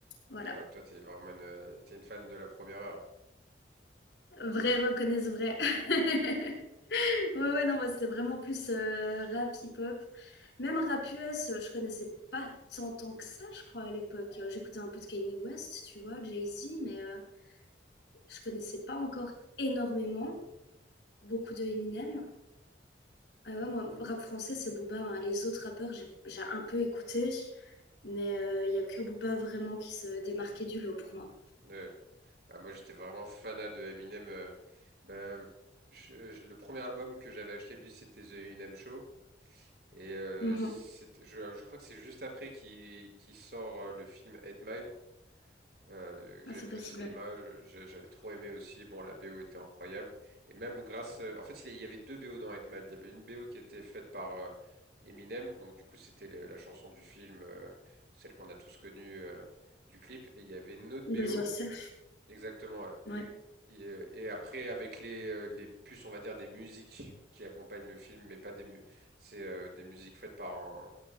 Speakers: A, on the left; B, on the right.
A: Voilà.
B: ah, toi, t'es vraiment une, euh, t'es une fan de la première heure.
A: <laughs> Vrai reconnaissent vrai. <laughs> Ouais, ouais, non, ouais, c'était vraiment plus euh, rap hip-hop. Même rap US, euh, je connaissais pas tant, tant que ça, je crois, à l'époque. Euh, J'écoutais un peu de Kanye West, tu vois, Jay-Z, mais euh, je connaissais pas encore énormément. Beaucoup de Eminem. Ah ouais, moi, rap français, c'est Booba. hein. Les autres rappeurs, j'ai j'ai un peu écouté, mais euh, il y a que Booba vraiment qui se démarquait du lot pour moi.
B: Ouais. Ah, moi, j'étais vraiment fanat de Eminem. euh, bah, je- je- le premier album que j'avais acheté de lui, c'était The Eminem Show. Et euh,
A: Mhm.
B: c'était- je, je crois que c'est juste après qu'il qu'il sort euh, le film Eight Mile, euh, que j'avais
A: Ah, c'est possible,
B: vu au cinéma.
A: ouais.
B: Je- je- J'avais trop aimé aussi. Bon, la BO était incroyable. Et même grâce... euh, en fait, il y a- il y avait deux BO dans Eight Mile. Il y avait une BO qui était faite par euh, Eminem. Donc, du coup, c'était le- la chanson du film, euh, celle qu'on a tous connue euh, du clip. Et il y avait une autre
A: Lose
B: BO...
A: Yourself,
B: Exactement,
A: ouais.
B: et, euh, et après, avec les, euh, les puces, on va dire des musiques qui accompagnent le film, mais pas des mu c'est euh, des musiques faites par un.